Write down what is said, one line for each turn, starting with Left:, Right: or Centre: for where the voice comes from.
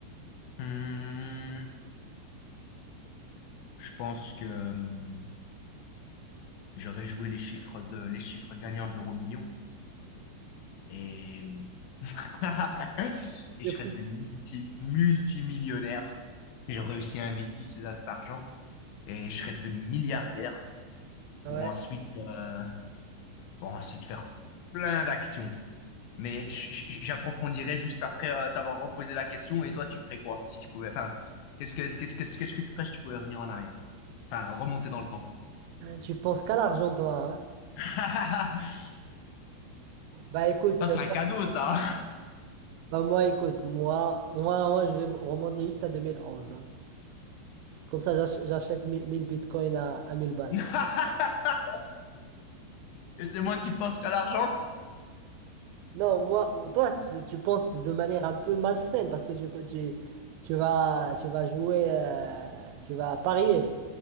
Left: hmm, Je pense que hmm, j'aurais joué les chiffres de les chiffres gagnants de l'euro million et <laughs> et
Right: Depuis.
Left: je serais devenu multi multimillionnaire J'ai réussi à investir ces- cet argent et je serais devenu milliardaire
Right: Ouais,
Left: pour ensuite, euh, pour ensuite faire plein d'actions. Mais j- j- j'approfondirai juste après euh, t'avoir reposé la question. Et toi, tu ferais quoi si tu pouvais? Enfin, qu'est-ce que, qu'est-ce que, qu'est-ce que tu ferais si tu pouvais revenir en arrière? Enfin, remonter dans le temps.
Right: tu penses qu'à l'argent, toi, hein?
Left: <laughs>
Right: Bah écoute,
Left: Ça, c'est
Right: euh,
Left: un cadeau, ça.
Right: bah, moi, écoute, moi, moi, moi, je vais me remonter juste à 2011. hein. Comme ça, j'ach- j'achète mille mille bitcoins à, à 1000 balles.
Left: <laughs> Et c'est moi qui pense qu'à l'argent?
Right: Non, moi, toi, tu, tu penses de manière un peu malsaine parce que tu, tu, tu vas, tu vas jouer, euh, tu vas parier.